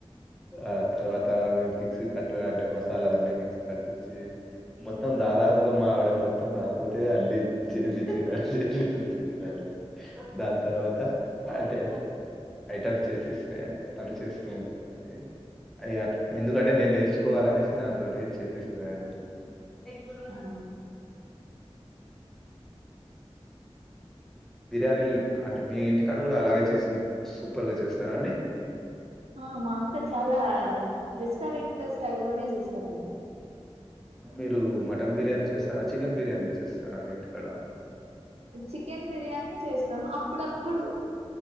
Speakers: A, in the centre; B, on the right (about 75°).
A: ఆ తర్వాత అ మిక్సీ కట్ అంటే మసాలాలన్నీ మిక్సీ కట్టించిి మొత్తం దాదాపుగా మావిడ మొత్తం నాతో అల్ చేసిచ్చ ర చస్తాడి దాని తర్వాత అంటే ఐట చేసిస్తే తను చేస్తూ ఉంటుంది అడి అవి అట్లా ఎందుకంటే నేను నేర్చుకోవాలనేసి నాతోో చేపిస్తుంది అది ఎదురు
B: అవును
A: బిర్యానీలు అంటే మీ ఇంటికాడ కూడా అలాగే చేసి సూపర్గా చేస్తారండి
B: ఆ మా అక్క చాలా రిస్ టరెంట్ స్టైల్ లోనే చేస్తారండి
A: మీరు మటన్ బిర్యానీ చేస్తారా చికెన్ బిర్యానీ చేస్తారా అన్ని ఇంటిక్కడ
B: చికెన్ బిర్యానీ చేస్తాము అప్పుడప్పుడు